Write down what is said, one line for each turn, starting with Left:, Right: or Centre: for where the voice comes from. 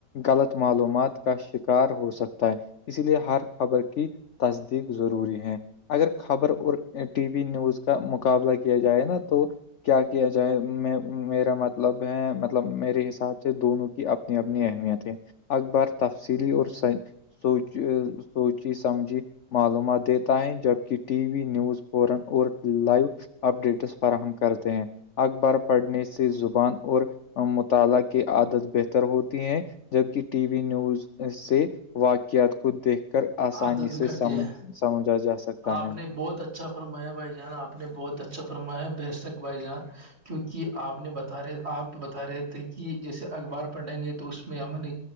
Left: غلط معلومات کا شکار ہو سکتا ہے اسی لیے ہر خبر کی تصدیق ضروری ہے اگر خبر اور ٹی وی نیوز کا مقابلہ کیا جائے نا تو کیا کیا جائے میں میرا مطلب ہے مطلب میرے حساب سے دونوں کی اپنی اپنی اہمیت ہے اکبر تفصیلی اور سوچ سوچی سمجھی معلومات دیتا ہے جبک ٹی وی نیوز فورن اور لائیو اپڈیٹس فراہم کرتے ہیں اخبار پڑھنے سے زبان اور مطالعہ کی عادت بہتر ہوتی ہے جبکہ ٹی وی نیوز سے واقعات کو دیکھ کر آسانی
Right: عادت بگڑتی
Left: سے سمجھ
Right: ہے
Left: سمجھا جا سکتا
Right: آپ
Left: ہے
Right: نے بہت اچھا فرمایا بھائی جان آپ نے بہت اچھا فرمایا ہے بے شک بھائی جان کیونکہ آپ نے بتا رہے آپ بتا رہے تھے کہ جیسے اخبار پڑھیں گے تو اس میں ہممن